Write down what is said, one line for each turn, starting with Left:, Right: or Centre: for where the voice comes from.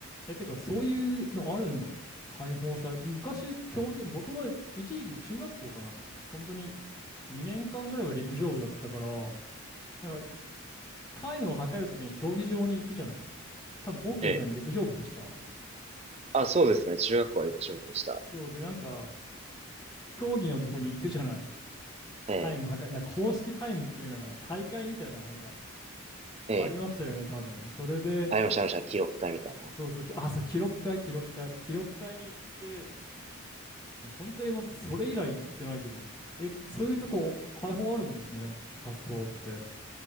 Left: え、てか、そういうのあるんだ。解放され、昔、競技、僕も一時期中学校かな。本当に2年間ぐらいは陸上部だったから、なんかタイムを測るときに競技場に行くじゃない。多分、オーケーさん陸上部でした。
Right: ええ。あ、そうですね。中学校はよく勝負でした。
Left: そうで、なんか、競技のとこに行くじゃない。
Right: ええ、
Left: タイム測る、なんか公式タイムっていうのかな。大会みたいな、なんか、
Right: ええ。
Left: ありましたよね、多分。それで、
Right: ありました、ありました。記録会みたいな。
Left: そうそう、きあ、そう、記録会、記録会、記録会に行って、でも本当に僕、それ以来行ってないけど、え、そういうとこ、開放あるんですね、札幌って。